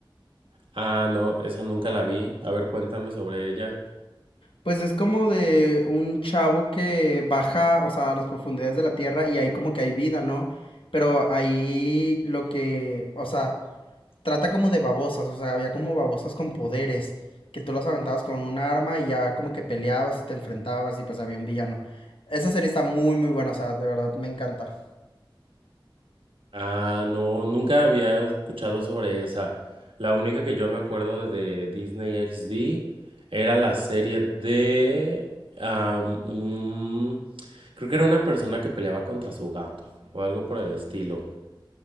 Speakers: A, on the right (about 80°); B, on the left (about 80°).
A: Ah, no, esa nunca la vi. A ver, cuéntame sobre ella.
B: Pues es como de un chavo que baja, o sea, a las profundidades de la tierra y ahí como que hay vida, ¿no? Pero ahí lo que, o sea, trata como de babosas, o sea, había como babosas con poderes, que tú las aventabas con un arma y ya como que peleabas y te enfrentabas y pues había un villano. Esa serie está muy muy buena, o sea, de verdad me encanta.
A: Ah, no, nunca había escuchado sobre esa. La única que yo me acuerdo de Disney XD era la serie de am, un- Creo que era una persona que peleaba contra su gato o algo por el estilo.